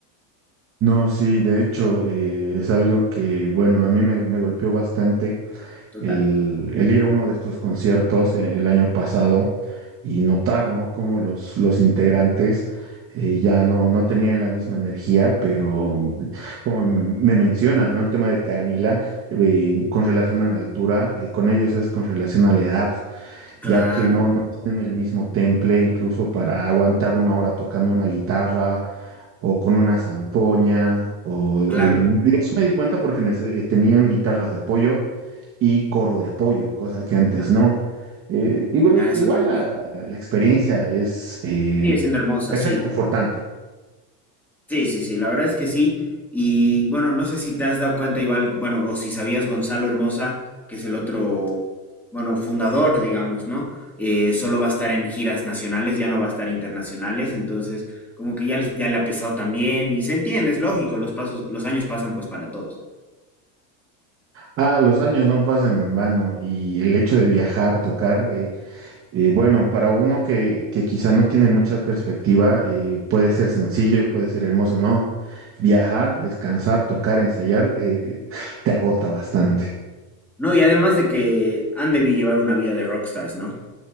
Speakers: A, on the right (about 25°); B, in the centre.
A: No, sí, de hecho, eh, es algo que, bueno, a mí me, me golpeó bastante
B: Total.
A: el, el ir a uno de estos conciertos eh, el año pasado y notar, ¿no? Cómo los, los integrantes eh, ya no, no tenían la misma energía, pero como m- me mencionas, ¿no? El tema de Camila, eh, con relación a la altura, eh, con ellos es con relación a la edad ya
B: Claro,
A: que no, no tienen el mismo temple incluso para aguantar una hora tocando una guitarra o con una zampoña. O,
B: claro.
A: eh, eso me di cuenta porque nece- eh, tenían guitarras de apoyo y coro de apoyo, cosa que antes
B: Ah,
A: no. Eh, igual
B: ya eso
A: igual
B: lo he notado.
A: la, la- la experiencia es, eh,
B: Sigue siendo hermosa,
A: es
B: sí.
A: reconfortante.
B: Sí, sí, sí, la verdad es que sí. Y bueno, no sé si te has dado cuenta igual, bueno, o si sabías Gonzalo Hermosa, que es el otro, bueno, fundador, digamos, ¿no? Eh, solo va a estar en giras nacionales, ya no va a estar internacionales, entonces como que ya, les- ya le ha pesado también y se entiende, es lógico, los pasos, los años pasan pues para todos.
A: Ah, los años no pasan en vano y el hecho de viajar, tocar. eh, Eh, bueno, para uno que, que quizá no tiene mucha perspectiva, eh, puede ser sencillo y puede ser hermoso, ¿no? Viajar, descansar, tocar, ensayar, eh, te agota bastante.
B: No, y además de que han de llevar una vida de rockstars, ¿no?